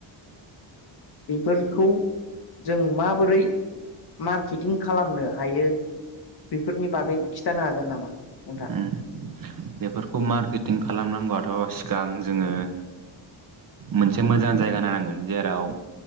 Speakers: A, on the left (about 55°); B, on the right (about 45°).
A: बेफोरखौ जों माबोरै मार्केटिं खालामनो हायो? बेफोरनि बागै खिथानो हागोन नामा नोंथां?
B: उम बेफोरखौ मार्केटिं खालामनांगौआथ' सिगां जोङो मोनसे मोजां जायगा नायनांगोन जेराव